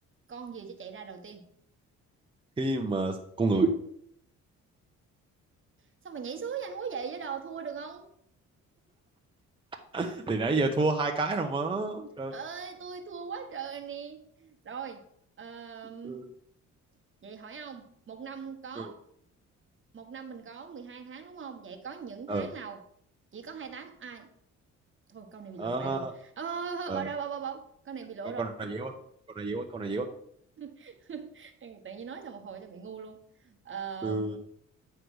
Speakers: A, on the right; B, on the right.
A: con gì sẽ chạy ra đầu tiên
B: khi mà con người
A: sao mà nhảy xuống nhanh quá vậy với đồ thua được không
B: <laughs> thì nãy giờ thua hai cái rồi mà trời
A: Trời ơi tôi thua quá trời nè rồi ờm,
B: ừ
A: vậy hỏi ông một năm có
B: ừ
A: một năm mình có 12 tháng đúng không vậy có những
B: ờ
A: tháng nào chỉ có hai mươi tám à thôi câu này bị
B: ờ
A: lột bại rồi ờ ờ, ờ, ờ,
B: ờ,
A: bỏ đâu bỏ bỏ bỏ câu này bị lỗi
B: con
A: rồi
B: con- này dễ quá con này dễ quá con này dễ quá
A: <laughs> tự nhiên nói xong một hồi cho bị ngu luôn Ờ,
B: ừ